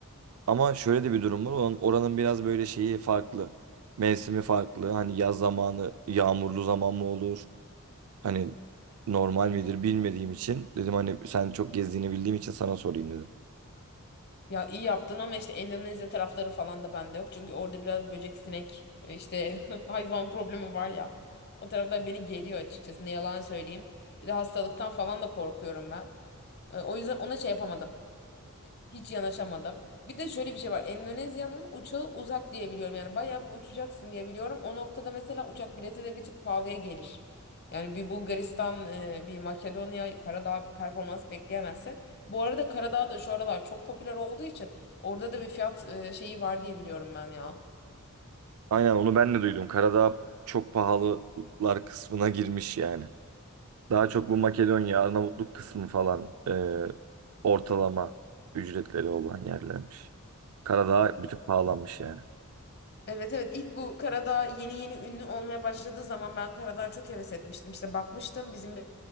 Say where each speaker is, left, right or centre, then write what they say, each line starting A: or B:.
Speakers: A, on the right; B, on the left.
A: Ama şöyle de bir durum var. Oranın, oranın biraz böyle şeyi farklı. Mevsimi farklı. Hani yaz zamanı yağmurlu zaman mı olur? Hani normal midir bilmediğim için. Dedim hani sen çok gezdiğini bildiğim için sana sorayım dedim.
B: Ya iyi yaptın ama işte Endonezya tarafları falan da bende yok. Çünkü orada biraz böcek, sinek, e, işte <laughs> hayvan problemi var ya. O taraflar beni geriyor açıkçası. Ne yalan söyleyeyim. Bir de hastalıktan falan da korkuyorum ben. E, O yüzden ona şey yapamadım. Hiç yanaşamadım. Bir de şöyle bir şey var. Endonezya'nın uçağı uzak diye biliyorum. Yani bayağı bir uçacaksın diye biliyorum. O noktada mesela uçak bileti de bir tık pahalıya gelir. Yani bir Bulgaristan, e, bir Makedonya, Karadağ performans bekleyemezsin. Bu arada Karadağ da şu aralar çok popüler olduğu için orada da bir fiyat e, şeyi var diye biliyorum ben ya.
A: Aynen onu ben de duydum. Karadağ çok pahalılar kısmına girmiş yani. Daha çok bu Makedonya, Arnavutluk kısmı falan e, ortalama ücretleri olan yerlermiş. Karadağ bir tık pahalanmış yani.
B: Evet evet ilk bu Karadağ yeni yeni ünlü olmaya başladığı zaman ben Karadağ'a çok heves etmiştim. İşte bakmıştım bizim bir